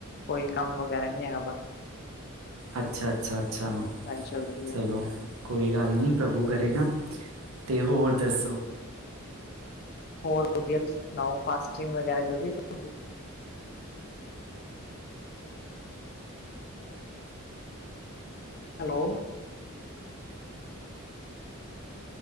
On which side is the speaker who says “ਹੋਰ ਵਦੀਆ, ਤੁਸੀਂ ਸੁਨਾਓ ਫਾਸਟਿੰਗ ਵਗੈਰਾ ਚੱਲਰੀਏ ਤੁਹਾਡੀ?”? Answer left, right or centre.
Left